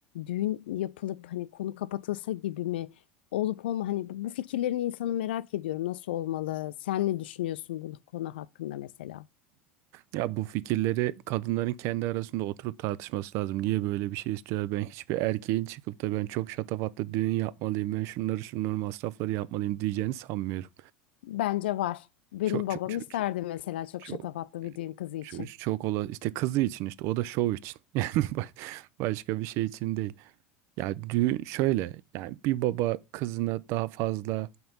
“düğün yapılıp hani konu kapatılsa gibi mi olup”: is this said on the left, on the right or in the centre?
Left